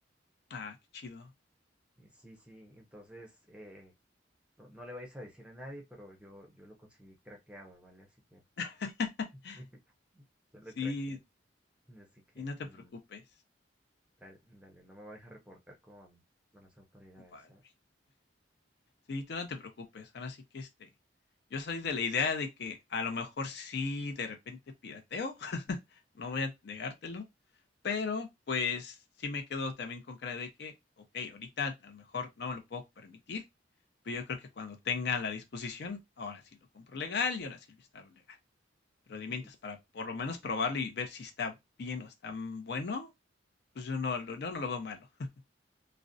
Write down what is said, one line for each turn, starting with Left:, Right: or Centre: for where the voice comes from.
Left: Ah, qué chido.
Centre: Eh, Sí, sí, entonces eh, no, no le vais a decir a nadie, pero yo, yo lo conseguí craqueado, ¿vale? Así que
Left: <laughs>
Centre: <laughs> yo lo
Left: Sí,
Centre: craqueé. Así que
Left: y no
Centre: mm,
Left: te preocupes.
Centre: dale, dale, no me vais a reportar con, con las autoridades,
Left: Vale.
Centre: ¿eh?
Left: Sí, tú no te preocupes. Ahora sí que este, yo soy de la idea de que a lo mejor sí de repente pirateo, <laughs> no voy a negártelo, pero pues sí me quedo también con cara de que, ok, ahorita a lo mejor no me lo puedo permitir, pero yo creo que cuando tenga la disposición, ahora sí lo compro legal y ahora sí lo instalo legal. Pero de
Centre: Sí,
Left: mientras para por lo menos probarlo y ver si está bien o está bueno, pues yo no, lo- yo no lo veo malo. <laughs>